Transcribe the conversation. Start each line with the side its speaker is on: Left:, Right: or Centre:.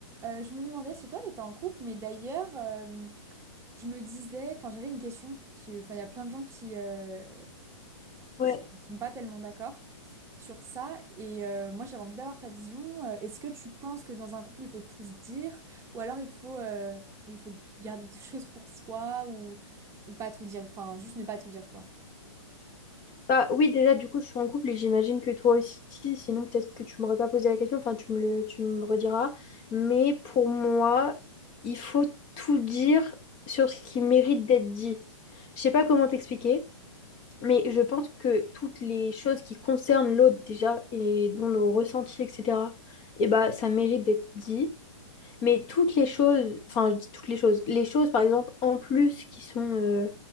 Right: Euh, je me demandais si toi t'étais en couple, mais d'ailleurs, euh, je me disais, enfin j'avais une question qui, enfin il y a plein de gens qui euh,
Left: Ouais.
Right: qui sont pas tellement d'accord sur ça, et euh, moi j'avais envie d'avoir ta vision. Euh, est-ce que tu penses que dans un couple il faut tout se dire, ou alors il faut, euh, ou il faut garder des <laughs> choses pour soi, ou ou pas tout dire, enfin juste ne pas tout dire quoi.
Left: Bah, oui, déjà, du coup, je suis en couple et j'imagine que toi aussi, sinon peut-être que tu m'aurais pas posé la question, enfin, tu me le, tu me rediras. Mais pour moi, il faut tout dire sur ce qui mérite d'être dit. Je sais pas comment t'expliquer, mais je pense que toutes les choses qui concernent l'autre déjà et dont nos ressentis, etc., et bah, ça mérite d'être dit. Mais toutes les choses, enfin, je dis toutes les choses, les choses, par exemple, en plus qui sont, euh,